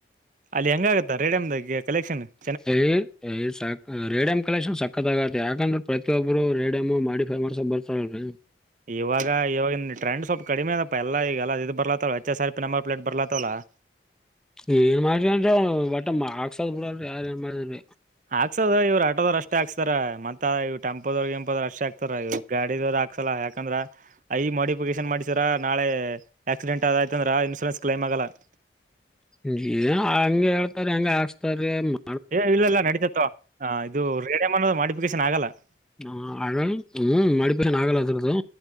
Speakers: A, on the right; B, in the centre.
A: ಅಲ್ಲಿ, ಹೆಂಗ, ಆಗತ್ತಾ, ರೇಡಿಯಮ್ದಾಗ, ಕಲೆಕ್ಷನ್? <inaudible>
B: ಸರಿ, ಹೇ, ಸಾಕು, ರೇಡಿಯಂಕಾಲ್ಲೆಕೇಶನ್,, ಸಾಕಾಯ್ತು, ಆಯ್ತೇ, ಆಗ, ಯಾಕ. <inaudible> ಹ್ಮ್ಮ್, ಪ್ರತಿಯೊಬ್ಬರು, ರೇಡಿಯಮ್! ಮಾಡಿಫೈ ಮಾಡುಶೋಕೆ, ಬರ್ತಾರಲ್ರಿ! <inaudible>
A: ಇವಾಗ, ಇವಾಗ, ಟ್ರೆಂಡ್, ಸ್ವಲ್ಪ ಕಡಿಮೆ ಅದಪ್ಪಾ! ಎಲ್ಲ, ಈಗಲ್ಲ, ಇದು, ಬರ್ಲತ್ತವ, H, S, R, P. Number, plate, ಬರ್ಲತ್ತವಲ್ಲ! <inaudible>
B: ಏನ್, ಮಾಡ್ರನ್, ಬಟ್ಟ, ಮಕ್ಸದ್, ಬಿಡಲ್ರಿ ಯಾರು, ಏನ್ ಮಾಡಿದನ್ರಿ. <unintelligible>
A: ಹಾಕ್ಸದ, ಇವ್ರು, ಆಟೋದವರು! ಅಷ್ಟೇ, ಹಕ್ಸ್ತಾರ ಮತ್ತ, ಇವರು, ಟೆಂಪೋಧ್ವರು. <inaudible> ಅಷ್ಟ್, ಆಗ್ತಾರ, ಗಾಡಿಯವರು, ಹಕ್ಸಲ್ಲ ಯಾಕಂದ್ರ ಅಯ್, ಮಾಡಿಡಿಫಿಕೇಶನ್, ಮಾಡ್ಸರ. <unintelligible> ನಾಳೆ, ಆಕ್ಸಿಡೆಂಟ್! ಆದಾಯ್ತ ಅಂದ್ರ ಇನ್ಶೂರೆನ್ಸ್, ಕ್ಲೈಮ್, ಆಗಲ್ಲ? <inaudible>
B: ಏನೋ, ಹಂಗೆ, ಹೇಳ್ತಾರೆ, ಹಾಂಗೀಕಿಶಿಕೊಳೂರಿ! <inaudible>
A: ಏ, ಇಲ್ಲಲ್ಲ, ನಡಿತಾ ಇದೆ ತಗೋ! ಹ ಇದು, ರೇಡಿಯಂ, ಅನ್ನೋದು, ಮಾಡಿಫಿಕೇಶನ್, ಆಗಲ್ಲ! <inaudible>
B: ಹಾ, ಅಳ, ಹ್ಮ್, ಮಾಡಿಬಾರೋನಾ, ಅಗ್ಯಾಲಾಬಾಸ್!